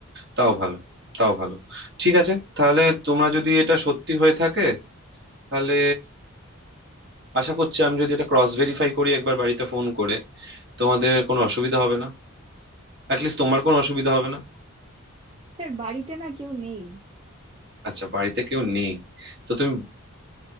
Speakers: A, on the right (about 55°); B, on the right (about 25°).
A: তাও ভালো তাও ভালো ঠিক আছে তাহলে তোমরা যদি এটা সত্যি হয়ে থাকে তাহলে আশা করছি আমি যদি এটা ক্রস ভেরিফাই করি একবার বাড়িতে ফোন করে তোমাদের কোনো অসুবিধা হবে না অ্যাটলিস্ট তোমার কোনো অসুবিধা হবে না
B: স্যার বাড়িতে না কেউ নেই
A: আচ্ছা বাড়িতে কেউ নেই তো তুমি